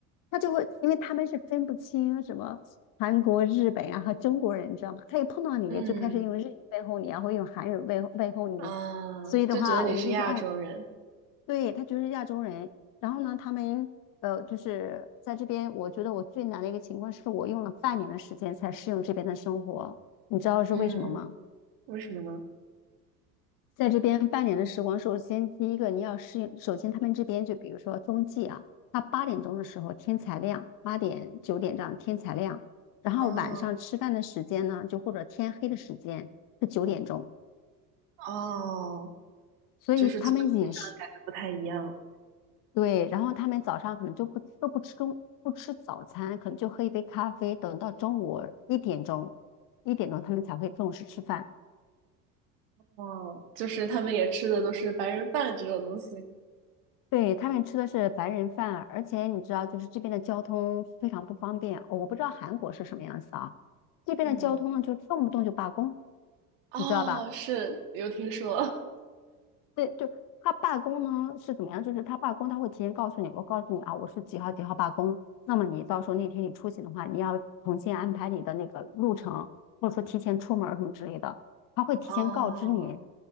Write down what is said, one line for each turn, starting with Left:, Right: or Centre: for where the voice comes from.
Left: 他就会，因为他们是分不清什么韩国、日本啊和中国人，你知道吗？他一碰到你就开始用日语问候你啊然后用韩语问问候你。
Right: 嗯啊，
Left: 所以的话，
Right: 就觉得你是亚洲人，
Left: 我们就说哦，对，他就是亚洲人。然后呢，他们呃，就是在这边，我觉得我最难的一个情况是我用了半年的时间才适应这边的生活，你知道是为什么吗？
Right: 嗯。为什么呢？
Left: 在这边半年的时光，首先第一个你要适应，首先他们这边就比如说冬季啊，它八点钟的时候天才亮，八点九点这样天才亮，然后晚上吃饭的时间呢，
Right: 哦
Left: 就或者天黑的时间是九点钟，
Right: 哦，
Left: 所以他们饮食
Right: 就是作息上感觉不太一样。
Left: 对，然后他们早上可能就不都不吃中不吃早餐，可能就喝一杯咖啡，等到中午一点钟一点钟他们才会正式吃饭，
Right: 哦，就是他们也吃的都是白人饭这种东西。
Left: 对，他们吃的是白人饭，而且你知道，就是这边的交通非常不方便。我不知道韩国是什么样子啊，这边的交通呢，
Right: 嗯，
Left: 就动不动就罢工，
Right: 哦，
Left: 你知道吧？
Right: 是有听说。
Left: 对，就他罢工呢是怎么样？就是他罢工，他会提前告诉你，我告诉你啊，我是几号几号罢工。那么你到时候那天你出行的话，你要重新安排你的那个路程，或者说提前出门儿什么之类的，他会提前告知你。
Right: <laughs> 哦，